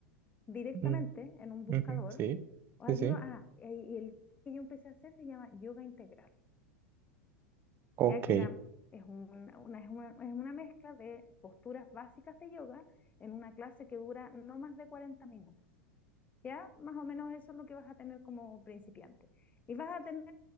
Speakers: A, on the left; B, on the right.
A: directamente
B: Mm,
A: en un buscador.
B: ujú, sí,
A: O hay
B: sí, sí.
A: uno, ah, y y el que yo empecé a hacer se llama yoga integral.
B: Ok,
A: ya que era, es una, una- es una, es una mezcla de posturas básicas de yoga en una clase que dura no más de 40 minutos. Ya más o menos eso es lo que vas a tener como principiante. Y vas a tener